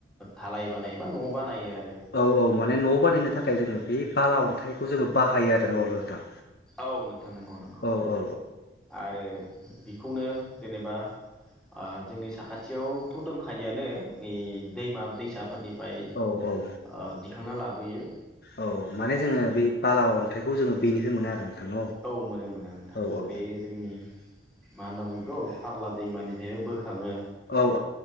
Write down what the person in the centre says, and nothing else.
धालाय बानायो बा न' बानायो आरो
औ नोंथां नंगौ नंगौ
आरो बिखौनो जेनेबा ओ जोंनि साखाथियावथ' दंखायोआनो ओ दैमा दैसाफोरनि फ्राय
ओ दैखांना ला बोयो।
औ मोनो मोनो नोंथां
बे जोंनि मा होनना बुंङो बिखौ फाग्ला दैमानिफ्रायबो बो खाङो